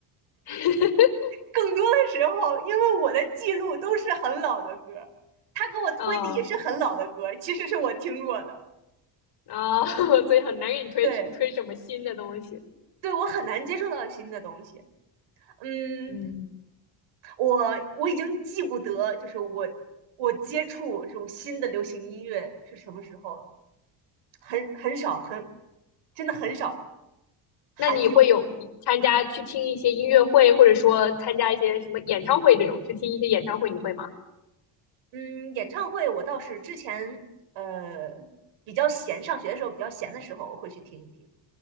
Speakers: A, on the left; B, on the right.
A: <laughs>
B: 更多的时候因为我的记录都是很老的歌，他给我推的也是很老的歌，
A: 啊
B: 其实是我听过的。
A: 啊、<laughs> 所以很难给你推推什么新的东西。
B: 对对，我很难接受到新的东西。嗯，
A: 嗯
B: 我我已经记不得，就是我我接触这种新的流行音乐是什么时候了，很很少，很真的很少，罕有。
A: 那你会有参加去听一些音乐会，或者说参加一些什么演唱会这种，去听一些演唱会，你会吗？
B: 嗯，演唱会我倒是之前呃比较闲，上学的时候比较闲的时候我会去听一听，